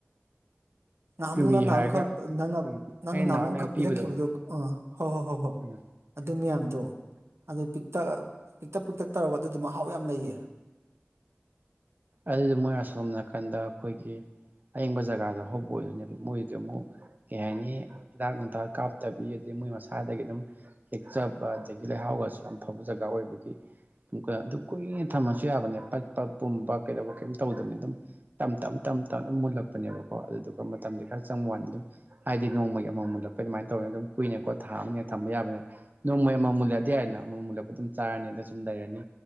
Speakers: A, on the right (about 75°); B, on the right (about 40°).
A: ꯅꯍꯥꯟꯃꯨꯛ
B: ꯀꯤꯋꯤ
A: ꯅꯪꯅ
B: ꯍꯥꯏꯔꯒ
A: ꯑꯃꯨꯛꯈꯛ ꯅꯪꯅ ꯑꯃꯨꯛꯈꯛ
B: ꯎꯝ
A: ꯅꯪꯅ ꯅꯪꯅ
B: ꯑꯩꯅ
A: ꯉꯍꯥꯃꯨ
B: ꯅꯍꯥꯟꯋꯥꯏ
A: ꯑꯃꯈꯛ
B: ꯃꯌꯥꯝ ꯄꯤꯕꯗꯣ
A: ꯄꯤꯔꯛꯈꯤꯕꯗꯨꯣ ꯑꯥ ꯍꯣꯏ ꯍꯣꯏ ꯍꯣꯏ ꯍꯣꯏ
B: ꯎꯝ
A: ꯑꯗꯨꯌꯥꯝ ꯗꯣ ꯑꯗꯨ ꯄꯤꯛꯇꯛ ꯄꯤꯛꯇꯛ ꯄꯤꯛꯇꯛ ꯇꯧꯔꯒ ꯑꯗꯨꯗ ꯃꯍꯥꯎ ꯌꯥꯝ ꯂꯩꯌꯦ <inaudible>
B: ꯑꯗꯨꯗ ꯃꯣꯏ ꯑꯁꯣꯝ ꯅꯥꯀꯟꯗ ꯑꯩꯈꯣꯏꯒꯤ ꯑꯌꯤꯡꯕ ꯖꯒꯗ ꯍꯦꯕ ꯞꯀꯩ ꯍꯥꯏꯅꯤ ꯍꯤꯗꯛ ꯅꯨꯊꯛ ꯀꯞꯇꯕꯤ ꯃꯣꯏ ꯃꯁꯥꯗꯒꯤ ꯑꯗꯨꯝ ꯍꯦꯛꯆꯕ ꯑꯗꯒꯤ ꯂꯩꯍꯥꯎꯒꯁꯨ ꯌꯥꯝ ꯐꯕ ꯖꯒꯥ ꯑꯣꯏꯕꯒꯤ ꯑꯗꯨ ꯀꯨꯏꯅ ꯊꯝꯃꯁꯨ ꯌꯥꯕꯅꯦ ꯄꯠꯄ ꯄꯨꯝꯕ ꯀꯩ ꯇꯧꯗꯕꯅꯤ ꯑꯗꯨꯝ ꯇꯞꯅ ꯇꯞꯅ ꯃꯨꯜꯂꯛꯄꯅꯦꯕꯀꯣ ꯑꯗꯨꯗꯨ ꯃꯇꯝꯗꯤ ꯈꯔ ꯆꯪꯕ ꯋꯥꯅꯤ ꯑꯗꯨꯝ ꯍꯥꯏꯗꯤ ꯅꯣꯡꯃꯒꯤ ꯑꯃꯃꯨꯜꯂꯛꯄꯩ ꯑꯗꯨꯃꯥꯏꯅ ꯇꯧꯔ ꯑꯗꯨꯝ ꯀꯨꯏꯅ ꯈꯣꯠ ꯊꯥꯕꯅꯤꯅ ꯊꯝꯕ ꯌꯥꯕꯅꯤꯅ ꯅꯣꯡꯃ ꯑꯦꯃꯥꯎ ꯃꯨꯜꯂꯗꯤ ꯌꯥꯔꯦꯗꯅ ꯑꯃꯃꯝꯨꯂꯛꯄ ꯑꯗꯨꯝ ꯆꯥꯔꯅꯤ ꯑꯗ ꯁꯨꯝ ꯂꯩꯔꯅꯤ